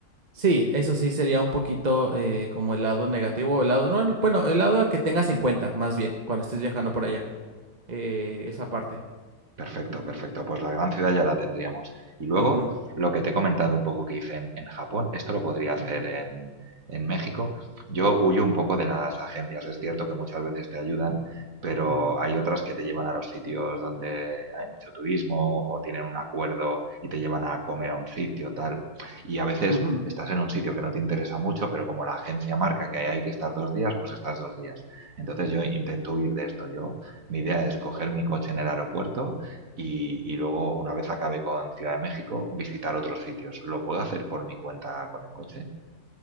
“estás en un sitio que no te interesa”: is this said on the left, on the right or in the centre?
Right